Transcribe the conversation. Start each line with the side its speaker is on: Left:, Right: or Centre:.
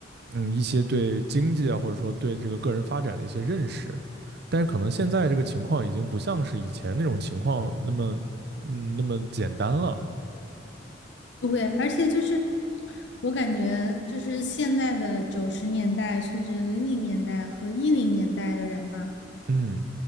Right: 嗯，一些对经济啊，或者说对这个个人发展的一些认识，但是可能现在这个情况已经不像是以前那种情况那么嗯那么简单了。
Left: 对，而且就是我感觉，就是现在的九十年代甚至零零年代和一零年代的人嘛，
Right: 嗯